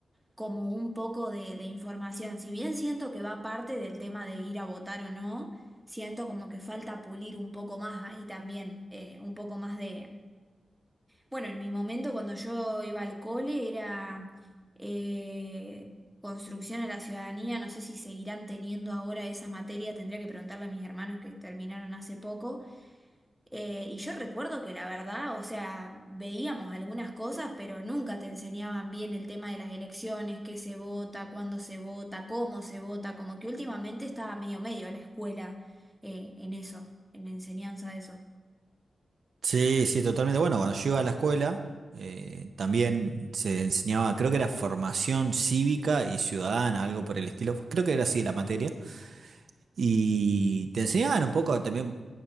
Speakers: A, in the centre; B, on the right.
A: como un poco de, de información. Si bien siento que va aparte del tema de ir a votar o no, siento como que falta pulir un poco más ahí también, eh, un poco más de... Bueno, en mi momento cuando yo iba al cole era eh, construcción a la ciudadanía, no sé si seguirán teniendo ahora esa materia, tendría que preguntarle a mis hermanos que terminaron hace poco, eh, y yo recuerdo que la verdad, o sea, veíamos algunas cosas, pero nunca te enseñaban bien el tema de las elecciones, qué se vota, cuándo se vota, cómo se vota, como que últimamente estaba medio medio la escuela eh, en eso, en la enseñanza de eso.
B: Sí, sí, totalmente. Bueno, cuando yo iba a la escuela, eh, también se enseñaba, creo que era formación cívica y ciudadana, algo por el estilo. Creo que era así la materia. Y te enseñaban un poco también